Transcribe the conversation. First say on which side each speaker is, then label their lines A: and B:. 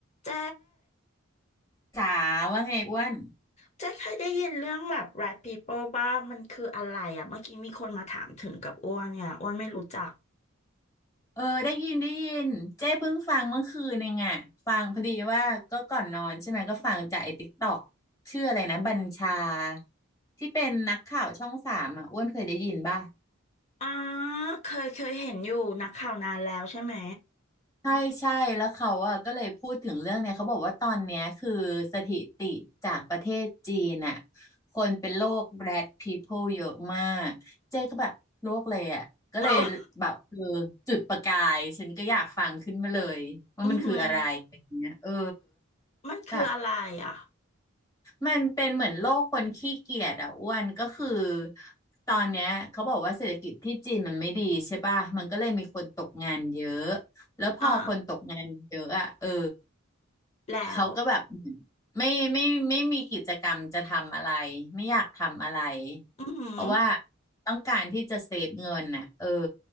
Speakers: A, on the left; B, on the left.
A: เจ๊
B: จ๋าว่าไงอ้วน
A: เจ๊เคยได้ยินเรื่องแบบ rat people บ้างมันคืออะไรอ่ะเมื่อกี้มีคนมาถามถึงกับอ้วนเนี่ยอ้วนไม่รู้จัก
B: เออได้ยินได้ยินเจ้เพิ่งฟังเมื่อคืนเองอ่ะฟังพอดีว่าก็ก่อนนอนใช่ไหมก็ฟังจากไอ้ติ๊กตอกชื่ออะไรนะบัญชาที่เป็นนักข่าวช่องสามอ่ะอ้วนเคยได้ยินป่ะ
A: อ๋อเคยเคยเห็นอยู่นักข่าวนานแล้วใช่ไหม
B: ใช่ใช่แล้วเขาอ่ะก็เลยพูดถึงเรื่องเนี่ยเขาบอกว่าตอนเนี้ยคือสถิติจากประเทศจีนอ่ะคนเป็นโรค Rat People เยอะมากเจ๊ก็แบบโรคเลยอ่ะก็เลยแบบเออ
A: โอ้ <laughs>
B: จุดประกายฉันก็อยากฟังขึ้นมาเลยว่ามันคืออะไรอะไรอย่างเงี้ยเออ
A: อือหือมันคืออะไรอ่ะ
B: แบบ มันเป็นเหมือนโลกคนขี้เกียจอ่ะอ้วนก็คือตอนเนี้ยเขาบอกว่าเศรษฐกิจที่จีนมันไม่ดีใช่ป่ะมันก็เลยมีคนตกงานเยอะแล้วพอคนตกงานเยอะอ่ะเออ
A: อ่าแล้ว
B: เขาก็แบบเหมือนไม่ไม่ไม่ไมมีกิจกรรมจะทำอะไรไม่อยากทำอะไร
A: อือหือ
B: เพราะว่าต้องการที่จะเซฟเงินน่ะเออ